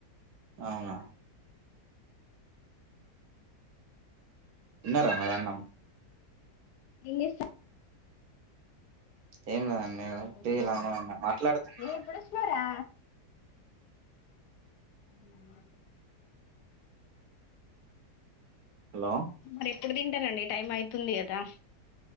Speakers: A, on the right; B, on the left.
A: అవునా తిన్నారా మరి అన్నం
B: ఏం చేస్తారు
A: ఏం లేదండి
B: ఇంతకు
A: టీ
B: ముందు
A: ఇలానే ఉన్నా మాట్లాడుతున్నా
B: ఏ ఇప్పుడు వస్తున్నావురా అవునా
A: హలో
B: మరి ఎప్పుడు తింటారండి టైం అయితుంది కదా